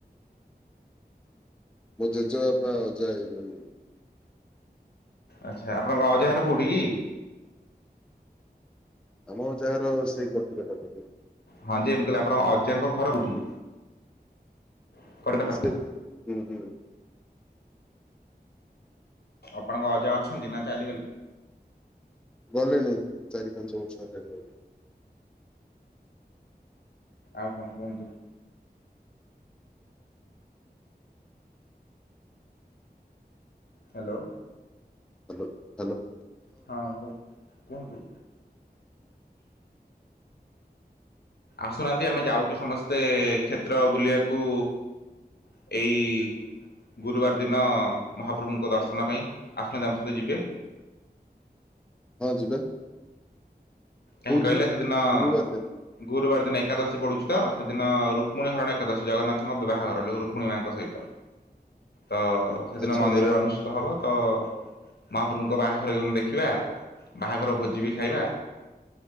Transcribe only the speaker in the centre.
ମମୋ ଜେଜେବାପା ଅଜା ହେରିକା ଠୁ।
ଆମ ଅଜା ଘର ସେଇ ପାଟିକଟାରେ।
ସେ ହୁଁ ହୁଁ।
ଗଲେଣି ଚାରି ପାଞ୍ଚ ବର୍ଷ ହେଲାଣି।
Hello hello.
ହଁ ଯିବା। କୋଉ
ଦିନ
ଗୁରୁବାର ଦିନ
ଆଚ୍ଛା
ଆଚ୍ଛା